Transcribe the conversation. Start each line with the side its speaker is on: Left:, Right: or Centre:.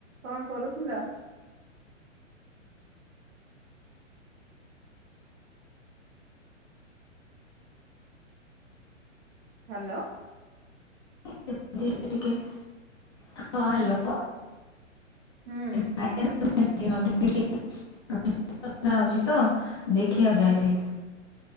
Right: କଁ କରୁଥିଲ? ହ୍ୟାଲୋ।
Left: ଏମତି ଏ ଟିକେ ହଁ ହ୍ୟାଲୋ।
Right: ହୁଁ।
Left: <unintelligible> <unintelligible> ହୋଉଚି ତ ଦେଖି ଆକୁ ଯାଇଥିଲି।